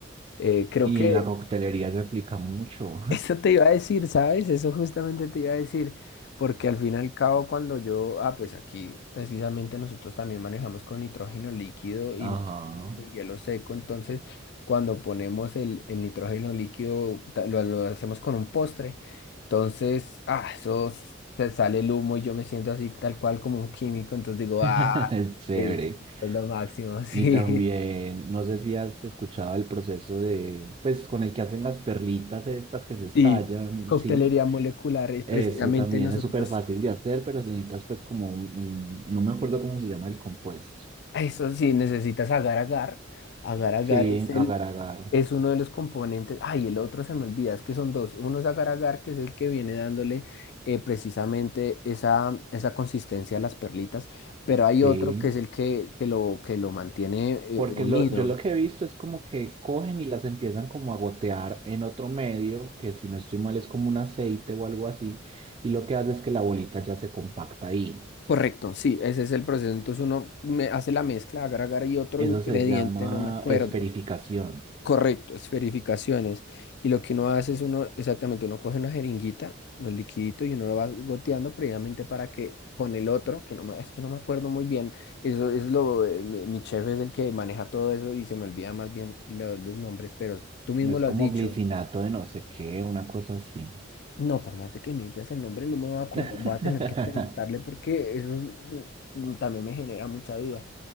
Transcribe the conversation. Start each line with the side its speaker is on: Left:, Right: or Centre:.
Left: Eh, creo
Right: Y
Left: que
Right: en la coctelería se aplica mucho.
Left: eso te iba a decir, ¿sabes? Eso justamente te iba a decir, porque al fin y al cabo cuando yo, ah, pues aquí precisamente nosotros también manejamos con nitrógeno líquido y,
Right: <laughs> Ajá,
Left: y hielo seco, entonces cuando ponemos el, el nitrógeno líquido ta- lo, lo hacemos con un postre, entonces, ah, eso se sale el humo y yo me siento así tal cual como un químico, entonces digo,
Right: <laughs> es
Left: ah,
Right: chévere.
Left: eso es lo máximo, <laughs> sí.
Right: Y también, no sé si has escuchado el proceso de, pues con el que hacen las perlitas estas que se estallan,
Left: Y coctelería
Right: sí.
Left: molecular es precisamente
Right: Eso también
Left: nosotros.
Right: es súper fácil de hacer, pero necesitas pues como un, un- no me acuerdo cómo se llama el compuesto.
Left: Eso sí, necesitas agar agar. Agar agar
Right: Sí,
Left: es el,
Right: agar agar,
Left: es uno de los componentes. Ay, el otro se me olvida, es que son dos. Uno es agar agar, que es el que viene dándole eh, precisamente esa, esa consistencia a las perlitas, pero hay
Right: sí.
Left: otro que es el que, que lo, que lo mantiene eh,
Right: Porque
Left: unido.
Right: lo, yo lo que he visto es como que cogen y las empiezan como a gotear en otro medio, que si no estoy mal es como un aceite o algo así, y lo que hace es que la bolita ya se compacta ahí.
Left: Correcto, sí, ese es el proceso. Entonces uno me hace la mezcla, agar agar y otro
Right: Eso
Left: ingrediente,
Right: se llama
Left: no me acuerdo.
Right: esferificación.
Left: Correcto, es verificaciones. Y lo que uno hace es uno, exactamente, uno coge una jeringuita, un liquidito y uno lo va goteando previamente para que con el otro, que no me, es que no me acuerdo muy bien, eso es lo, eh, mi, mi chef es el que maneja todo eso y se me olvida más bien lo- los nombres, pero tú mismo
Right: No es
Left: lo
Right: como
Left: has dicho.
Right: glicinato de no sé qué, una cosa así.
Left: No, por más de que me digas el nombre, no me voy a acordar,
Right: <laughs>
Left: voy a tener que preguntarle porque eso es, mm, mm, también me genera mucha duda.